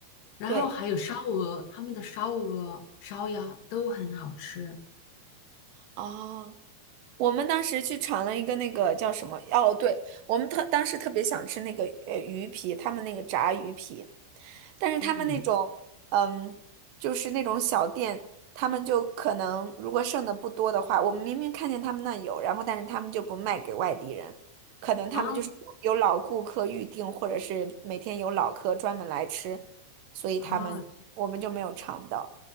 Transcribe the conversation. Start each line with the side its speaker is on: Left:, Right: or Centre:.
Left: 然后还有烧鹅，
Right: 对，
Left: 他们的烧鹅、烧鸭都很好吃。
Right: 哦。我们当时去尝了一个那个叫什么？哦，对，我们特当时特别想吃那个呃鱼皮，他们那个炸鱼皮，但是他们那种嗯，
Left: 嗯
Right: 就是那种小店，他们就可能如果剩的不多的话，我们明明看见他们那有，然后但是他们就不卖给外地人，可能他们就是有有老顾客预定，
Left: 啊
Right: 或者是每天有老客专门来吃，所以他们我们就没有尝到
Left: 啊，